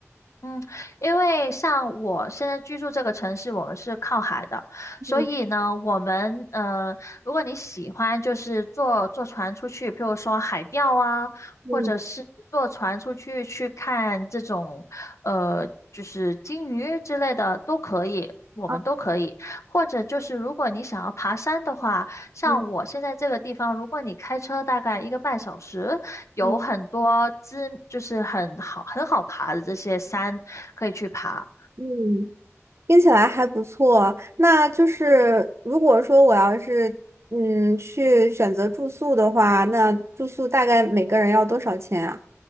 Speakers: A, on the left (about 70°); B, on the right (about 55°).
A: 嗯，因为像我现在居住这个城市，我们是靠海的，所以呢，
B: 嗯
A: 我们呃，如果你喜欢，就是坐坐船出去，譬如说海钓啊，
B: 嗯
A: 或者是坐船出去去看这种呃，就是鲸鱼之类的都可以，我们都可以。
B: 啊
A: 或者就是如果你想要爬山的话，像我现在这个地方，
B: 嗯
A: 如果你开车大概一个半小时。有很多知，
B: 嗯
A: 就是很好很好爬的这些山可以去爬。
B: 嗯。听起来还不错。那就是如果说我要是嗯去选择住宿的话，那住宿大概每个人要多少钱啊？